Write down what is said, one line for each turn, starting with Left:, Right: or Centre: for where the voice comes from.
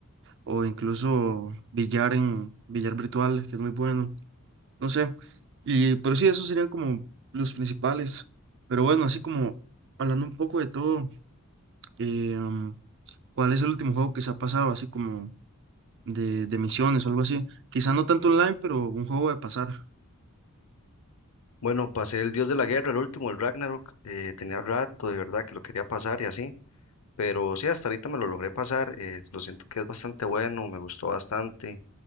Right: o incluso billar en billar virtual, que es muy bueno. no sé. Y, pero sí, esos serían como los principales. Pero bueno, así como hablando un poco de todo, eh, um, ¿cuál es el último juego que se ha pasado? Así como de, de misiones o algo así. Quizá no tanto online, pero un juego de pasar.
Left: Bueno, pasé el Dios de la Guerra, el último, el Ragnarok, eh, tenía rato de verdad que lo quería pasar y así, pero sí, hasta ahorita me lo logré pasar, eh, lo siento que es bastante bueno, me gustó bastante.